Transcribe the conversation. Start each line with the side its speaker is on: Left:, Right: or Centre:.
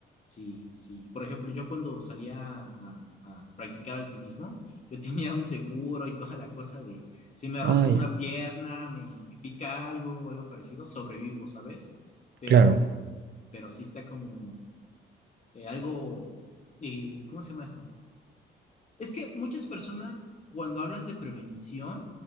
Left: Sí, sí. Por ejemplo, yo cuando salía a, a practicar alpinismo, yo tenía un seguro y toda la cosa de, si me rompo
Right: Ah,
Left: una
Right: ya.
Left: pierna, me, me pica algo o algo parecido, sobrevivo, ¿sabes? Pero,
Right: Claro,
Left: pero sí está como eh, algo, el, ¿cómo se llama esto? Es que muchas personas cuando hablan de prevención